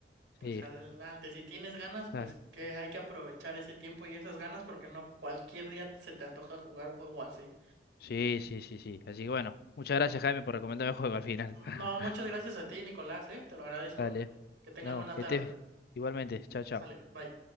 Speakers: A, on the right (about 90°); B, on the left (about 55°).
A: pues
B: Sí,
A: adelante, si tienes ganas, pues
B: ah,
A: que hay que aprovechar ese tiempo y esas ganas porque no cualquier día se te antoja jugar un juego así.
B: sí, sí, sí, sí. Así que bueno, muchas gracias, Jaime, por recomendarme el juego al final.
A: No,
B: <laughs>
A: muchas gracias a ti, Nicolás, ¿eh? Te lo agradezco.
B: Dale.
A: Que tengas
B: No,
A: buena
B: que
A: tarde.
B: estés igualmente. Chao, chao.
A: Sale, bye.